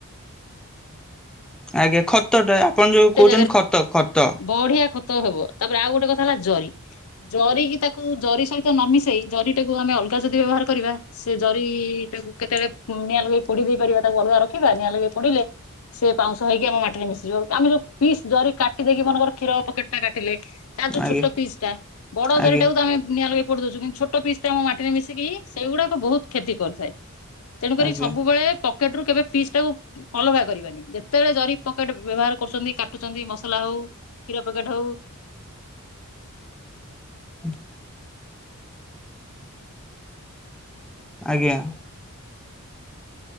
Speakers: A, in the centre; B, on the left.
A: ଆଜ୍ଞା ଖତଟା ଆପଣ ଯୋଉ କହୁଚନ୍
B: ଜାଗାରେ
A: ଖତ ଖତ।
B: ବଢିଆ ଖତ ହବ ତାପରେ ଆଉ ଗୋଟେ କଥା ହେଲା ଜରି। ଜରିକିି ତାକୁ ଜରି ସହିତ ନ ମିିଶେଇ ଜରିଟାକୁ ଆମେ ଅଲଗା ଯଦି ବ୍ୟବହାର କରିବା ସେ ଜରିଟାକୁ କେତେବେଳେ ଉଁ ନିଆଁ ଲଗେଇ ପୋଡି ଦେଇ ପାରିବା ତାକୁ ଅଲଗା ରଖିବା ନିଆଁ ଲଗେଇି ପୋଡିଲେ ସେ ପାଉଁଶ ହେଇକି ଆମ ମାଟିରେ ମିଶିଯିବ ଆମେ ଯୋଉ ପିସ୍ ଜରି କାଟିଦେଇକି ମନେକର କ୍ଷୀର ପକେଟଟା କାଟିଲେ। ତାର ଯୋଉ
A: ଆଜ୍ଞା
B: ଛଟ ପିସଟା ବଡ
A: ଆଜ୍ଞା।
B: ଜରିଟାକୁ ତମେ ନିଆଁ ଲଗେଇ ପୋଡି ଦଉଛୁ କିନ୍ତୁ ଛୋ ଛୋଟ ପିସଟା ଆମ ମାଟିରେ ମିଶିକି ସେଇଗୁଡାକ ବୋହୁତ କ୍ଷତି କରିଥାଏ ତେଣୁକରି
A: ଆଜ୍ଞା
B: ସବୁବେଳେ ପକେଟରୁ କେବେ ପିସଟାକୁ କୁଁ ଅଲଗା କରିବାନି ଯେତେବେଳେ ଜରି ପକେଟ୍ ବ୍ୟବହାର କରୁଚନ୍ତି କାଟୁଚନ୍ତି ମସ୍ ତଲା ହଉ କ୍ଷୀର ପକେଟ୍ ହଉ
A: <inaudible> ଆଜ୍ଞା।